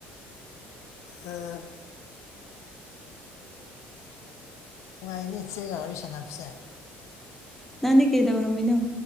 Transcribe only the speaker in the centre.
ꯅꯥꯟ ꯀꯦꯗꯕ ꯔꯃꯤꯅꯥꯣ